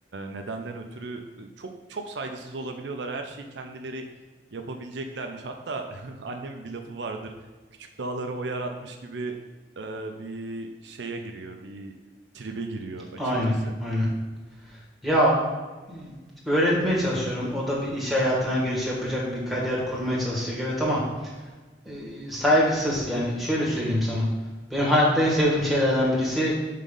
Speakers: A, on the right; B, in the centre.
A: nedenden ötürü çok çok saygısız olabiliyorlar. Her şeyi kendileri yapabileceklermiş. Hatta <laughs> annemin bir lafı vardır. Küçük dağları o yaratmış gibi e, bir şeye giriyor, bir tribe giriyor açıkçası.
B: Aynen, aynen. Ya Hmm. Öğretmeye çalışıyorum. O da bir iş hayatına giriş yapacak, bir kariyer kurmaya çalışacak. Evet ama e, saygısız. Yani şöyle söyleyeyim sana. Benim hayatta en sevdiğim şeylerden birisi